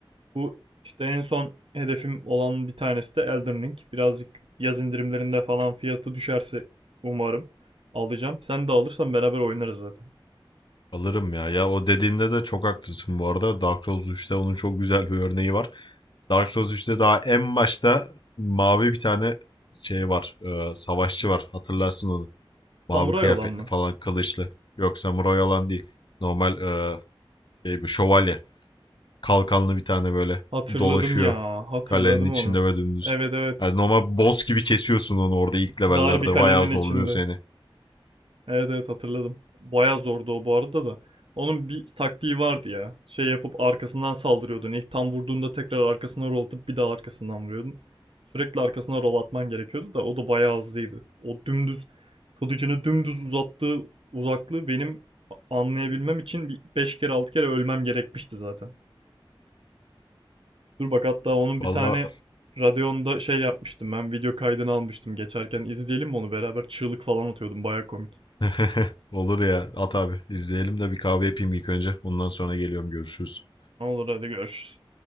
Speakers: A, on the right; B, on the left.
A: Bu işte en son hedefim olan bir tanesi de Elden Ring. Birazcık yaz indirimlerinde falan fiyatı düşerse umarım alacağım. Sen de alırsan beraber oynarız zaten.
B: Alırım ya. Ya o dediğinde de çok haklısın bu arada. Dark Souls 3'te onun çok güzel bir örneği var. Dark Souls 3'te daha en başta mavi bir tane şey var. e, savaşçı var. Hatırlarsın onu.
A: Samuray
B: Mavi kıyafetli
A: olan mı?
B: falan kılıçlı. Yok samuray olan değil. Normal e, şey, bir şövalye kalkanlı bir tane böyle
A: Hatırladım
B: dolaşıyor
A: ya, hatırladım
B: kalenin içinde
A: onu.
B: ve dümdüz.
A: Evet evet.
B: Yani normal boss gibi kesiyorsun onu orada ilk levellerde.
A: Dar bir kalenin
B: Bayağı zorluyor
A: içinde.
B: seni.
A: Evet evet hatırladım. Baya zordu o bu arada da. Onun bir taktiği vardı ya. Şey yapıp arkasından saldırıyordun. İlk tam vurduğunda tekrar arkasına rol atıp bir daha arkasından vuruyordun. Sürekli arkasına rol atman gerekiyordu da o da bayağı hızlıydı. O dümdüz kılıcını dümdüz uzattığı uzaklığı benim anlayabilmem için bir 5 kere 6 kere ölmem gerekmişti zaten. Dur bak hatta onun bir
B: Valla
A: tane Radeon'da şey yapmıştım ben video kaydını almıştım geçerken izleyelim mi onu beraber çığlık falan atıyordum baya komik.
B: <laughs> olur ya at abi İzleyelim de bir kahve yapayım ilk önce. Ondan sonra geliyorum görüşürüz.
A: Olur hadi görüşürüz.